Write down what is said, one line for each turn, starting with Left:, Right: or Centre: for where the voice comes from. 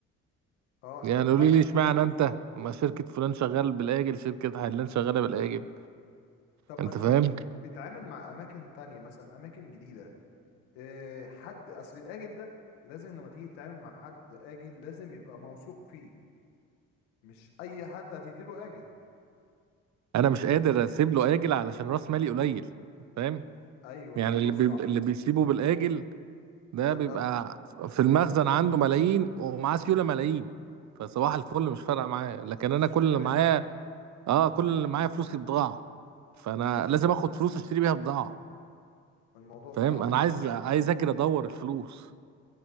Left: اه
Right: يعني قولي
Left: لا
Right: لي اشمعنى أنت ما شركة فلان شغال بالآجل شركة علان شغالة بالآجل
Left: طب ما
Right: أنت
Left: انت
Right: فاهم
Left: تت- تتعامل مع اماكن تانية مثلا اماكن جديدة إيه حد اصل الاجل ده لازم لما تيجي تتعامل مع حد اجل لازم يبقى موثوق فيه مش اي حد هتديله اجل
Right: انا
Left: و...
Right: مش قادر اسيب له اجل علشان راس مالي قليل فاهم
Left: ايوه
Right: يعني
Left: الموضوع
Right: اللي
Left: صعب
Right: بي... اللي بيسيبه بالاجل ده
Left: بيبقى
Right: بيبقى في المخزن عنده ملايين ومعاه سيوله ملايين فصباح الفل مش فارقه معايا لكن انا
Left: مش
Right: كل
Left: فارق
Right: اللي معايا
Left: معاه
Right: اه
Left: امم
Right: كل اللي معايا فلوسي بضاعه فانا لازم اخد فلوس اشتري بيها بضاعه
Left: الموضوع صعب
Right: فاهم انا عايز عايز اجري ادور الفلوس